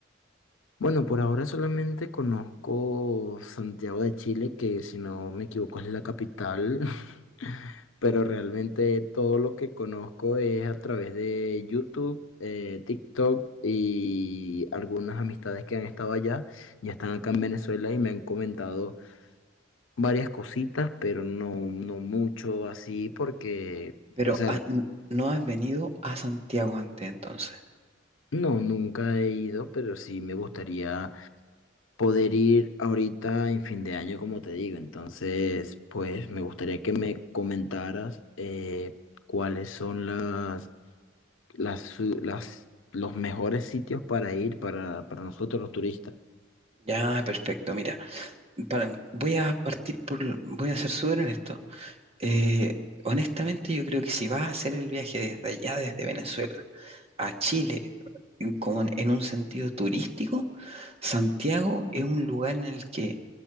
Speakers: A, on the left (about 80°); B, on the right (about 30°).
A: Bueno, por ahora solamente conozco Santiago de Chile, que si no me equivoco es la capital, <laughs> pero realmente todo lo que conozco es a través de YouTube, eh, TikTok y algunas amistades que han estado allá, ya están acá en Venezuela y me han comentado varias cositas, pero no, no mucho así porque,
B: Pero
A: o sea,
B: ah, n- no has venido a Santiago antes, entonces.
A: no, nunca he ido, pero sí me gustaría poder ir ahorita en fin de año, como te digo. Entonces, pues me gustaría que me comentaras eh, cuáles son las, las, su- las- los mejores sitios para ir para, para nosotros los turistas.
B: Ya, perfecto, mira, para- voy a partir por, voy a ser súper honesto. Eh, honestamente, yo creo que si vas a hacer el viaje desde allá, desde Venezuela, a Chile, en- como en, en un sentido turístico, Santiago es un lugar en el que